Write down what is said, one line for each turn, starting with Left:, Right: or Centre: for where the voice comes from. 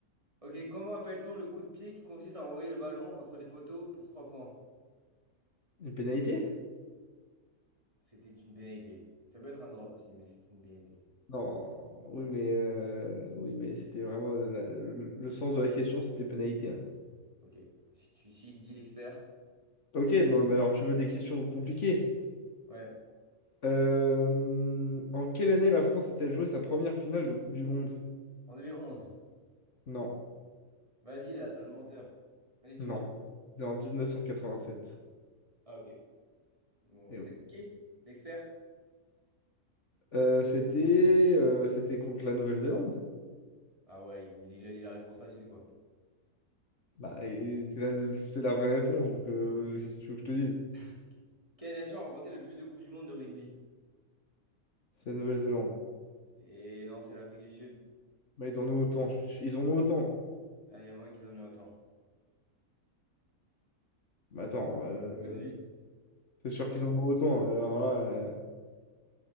Right: Ok, comment appelle-t-on le coup de pied qui consiste à renvoyer le ballon entre les poteaux pour 3 points?
Left: Une pénalité?
Right: C'était une pénalité. Ça peut être un drop aussi, mais c'était une pénalité.
Left: Non, oui, mais, euh, oui, mais c'était vraiment la- le, le sens de la question, c'était pénalité. hein.
Right: Ok. Si tu si il dit l'expert.
Left: Ok, non, mais alors tu veux des questions compliquées.
Right: Ouais.
Left: Euh, en quelle année la France a-t-elle joué sa première finale de Coupe du Monde?
Right: En deux mille onze
Left: Non,
Right: Vas-y, là, sale menteur. Vas-y, dis-moi.
Left: non, c'était en 1987.
Right: Ah, ok. Bon,
Left: Et
Right: c'était
Left: ouais.
Right: compliqué? L'expert?
Left: Euh, c'était euh, c'était contre la Nouvelle-Zélande.
Right: Ah ouais, il, il a dit la réponse facile, quoi.
Left: Bah, et c'est la, c'est la vraie réponse, donc euh, qu'est-ce que tu veux que je te dise?
Right: <laughs> Ok. Quelle nation a remporté le plus de coupes du monde de rugby?
Left: C'est la Nouvelle-Zélande.
Right: Et non, c'est l'Afrique du Sud.
Left: Bah, ils en ont autant, je suis- ils en ont autant.
Right: Ah, Il y a moins qu'ils en aient autant.
Left: Mais attends, euh,
Right: Vas-y.
Left: c'est sûr qu'ils en ont autant. euh, Alors là. euh,